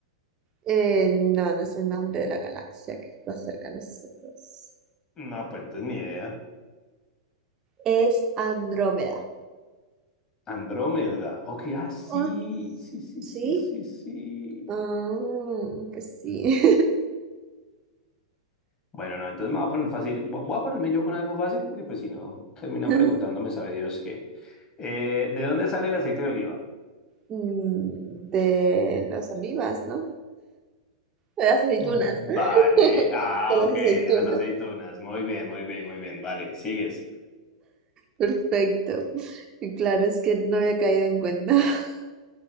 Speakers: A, on the right; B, on the left.
A: eh, no, no es el nombre de la galaxia que está cerca a nosotros.
B: No, pues entonces ni idea.
A: Es Andrómeda.
B: Andrómeda. Ok, ah, sí,
A: Ah,
B: sí, sí,
A: ¿sí?
B: sí, sí, sí.
A: Ah, pues sí.
B: Bueno, no, entonces me voy a poner fácil. Vo- Voy a ponerme yo con algo fácil, porque pues si no, terminan
A: <laughs>
B: preguntándome, sabe Dios qué. Eh, ¿de dónde sale el aceite de oliva?
A: Mm, De los olivas, ¿no? De las aceitunas.
B: Vale.
A: <laughs> De
B: Ah,
A: las
B: ok,
A: aceitunas.
B: de las aceitunas. Muy bien, muy bien, muy bien. Vale, sigues.
A: Perfecto. Y claro, es que no había caído en cuenta. <laughs>